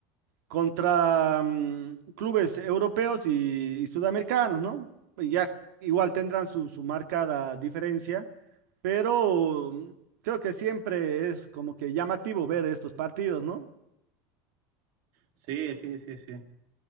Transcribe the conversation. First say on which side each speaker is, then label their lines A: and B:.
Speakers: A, on the right; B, on the right.
A: contra mm, clubes europeos y, y sudamericanos, ¿no? Pues Ya igual tendrán su, su marcada diferencia, pero mm, creo que siempre es como que llamativo ver estos partidos, ¿no?
B: Sí, sí, sí, sí.